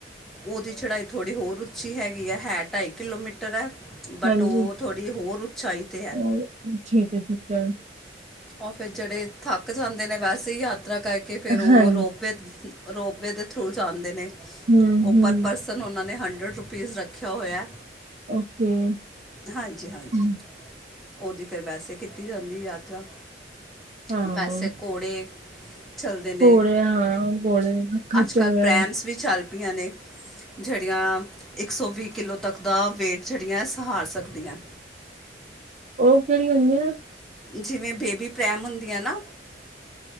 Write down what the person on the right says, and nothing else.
ਹਾਂਜੀ
ਔਰ ਠੀਕ ਐ-ਠੀਕ ਐ।
ਹਾਂ,
ਹੂੰ,
ਹੂੰ,
ਓਕੇ,
ਹੂੰ,
ਹਾਂ।
ਘੋੜੇ ਹਾਂ, ਘੋੜੇ ਖੱਚਰ
ਓਹ ਕਿਹੜੀ ਹੁੰਦੀ ਐ।